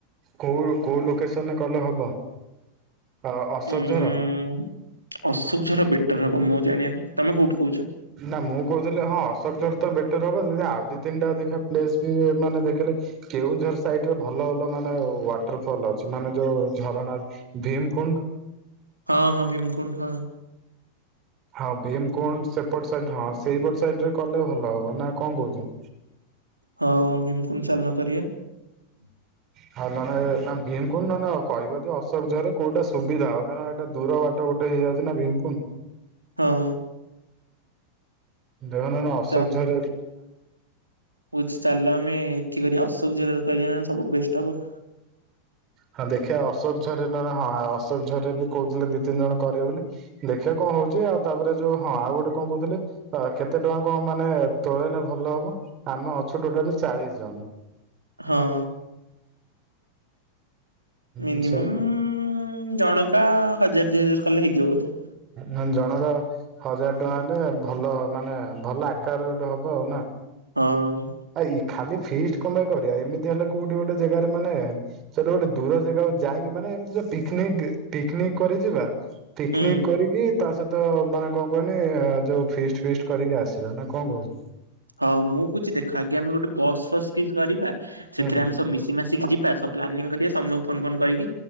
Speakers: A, on the right; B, on the right.
A: କୋଉଲୁ କୋଉ ଲୋକେସନରେ କଲେ ହବ। ଆଉ ଅଶୋକଝର
B: ଉଁ ଅଶୋକ ଝର ବେଟର ହବ ମୁଁ ଜାଣିବା ତମେ କୋଉଠି କହୁଛ?
A: ନା ମୁଁ କହୁଥିଲି ହଁ ଅଶୋକ ଝର ତ ବେଟର ହବ ଆଉ ଦି ତିନିଟା ଦେଖ ପେଲେସ ବି ମାନେ ଦେଖିଲେ କେଉଁଝର ସାଇଟ୍ ରେ ଭଲ ଭଲ ମାନେ ୱାଟର ଫଲ୍ ଅଛି ମାନେ ଯୋଉ ଝରଣା। ଭୀମକୁଣ୍ଡ
B: ହଁ ହଁ ଭିମକୁଣ୍ଠ ହ।
A: ହଁ ଭୀମ କଣ୍ଡ ସେପଟ ସାଇ ହଁ ସେଇପଟ ସାଇଡ ରେ କଲେ ଭଲ ହବ ନା କଣ କହୁଛ?
B: ହଁ ଭିମକୁଣ୍ଡ ଚାଲନା କରି ହ
A: ହଉ ନ ନା ଭୀମ ଖୁଣ୍ଡ ନ କିବି ଅଶୋକ ଝରରେ କୋଉଟା ସୁବିଧା ହ କାକ ଏଇଟ ଦୂର ବାଟ। ସେଇଟା ଗୋଟେ ହେଇଯାଉଛି ନାଁ ଭୀମକୁଣ୍ଡ।
B: ହଁ।
A: ଦେହନନ ଅଶୋକ
B: ଚାଲ
A: ଝରଁ
B: କହୁଛି ଚାଲ ଆମେ ଏଠି କରିବା ଅସୁବିଧା ରେ କରିବାନି ସବୁଠୁ ବେଷ୍ଟ୍ ହବ।
A: ହଁ ଦେଖିବା ଅଶୋକ ଝରରେ ନାଁ ନାଁ ହଁ ଅଶୋକ ଝରରେ ବି କହୁଥିଲେ ଦି ତିନି ଜଣ କରିବେ ବୋଲି। ଦେଖିବା କଣ ହଉଛି ଆଉ ତାପରେ ଯୋଉ ହଁ ଆଉ ଗୋଟେ କଣ କହୁଥିଲେ? ତ କେତେ ଟଙ୍କା କଣ ମାନେ ତୁଳନାରେ ଭଲ ହବ ଆମେ ଅଛୁ ଟୋଟାଲି ଚାଳିଶ ଜଣ।
B: ହଁ। ମିନିମମ୍
A: ଉଁ ସେ
B: ଜଣକା ହଜାର ଦି ହଜାର କଲେ ହେଇଯିବ ବୋଧେ?
A: ହ ଜଣକା ହଜାର ଟଙ୍କା ହେଲେ ଭଲ ମାନେ ଭଲ ଆକାରରେ ଗୋଟେ ହବ ଆଉ ନା?
B: ହଁ।
A: ଇ ଖାଲି ଫିଷ୍ଟ କାଇ କରିବା ଏମିତି ହେଲେ କୋଉଠି ଗୋଟେ ଜାଗାରେ ମାନେ ସେଇଠି ଗୋଟେ ଦୂର ଜାଗାକୁ ଯାଇକି ମାନେ ଏମତି ଯଉ ପିକନିକ୍ ପିକନିକ୍ କରି ଯିବା, ପିକନିକ୍
B: ହୁଁ।
A: କରିକି ତା ସହିତ ମାନେ କଣ କହନି ଯୋଉ ଫିଷ୍ଟ ଫିଷ୍ଟ କରିକି ଆସିବା ନା କଣ କହୁଛ?
B: ହଁ ମୁଁ କହୁଛି ଦେଖ ଆଗେ ଆମେ ଗୋଟେ ବସ୍ ଫସ୍ କିଛି କରିବା ସେଥିରେ
A: ହୁଁ ହୁଁ।
B: ଆମେ ସବୁ ମିଶ ମିଶି ମାସିକି ଯିବା ସବ ପ୍ଲାନିଙ୍ଗ କରିବା ସମ୍ ଫୋନ ଫୋନ କରିକି,